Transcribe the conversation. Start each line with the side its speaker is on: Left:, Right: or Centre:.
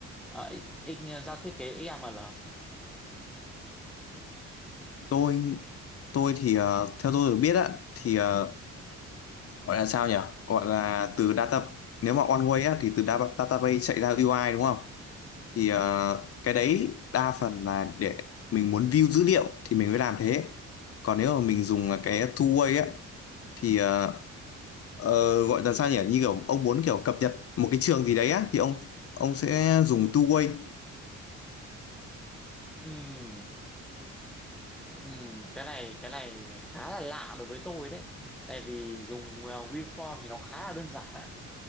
Centre: uh, giao thiết kế XML
Left: tôi tôi thì ờ, theo tôi được biết á thì ờ, gọi là sao nhỉ gọi là từ data nếu mà one way á thì từ data, database chạy ra UI đúng không thì ờ, cái đấy đa phần là để mình muốn view dữ liệu thì mình mới làm thế còn nếu mà mình dùng là cái two way á thì ờ, ờ, gọi là sao nhỉ như kiểu ông muốn kiểu cập nhật một cái trường gì đấy á thì ông ông sẽ dùng two way
Centre: Ừm, ừm, cái này cái này khá là lạ đối với tôi đấy tại vì dùng ờ, WinForm thì nó khá là đơn giản á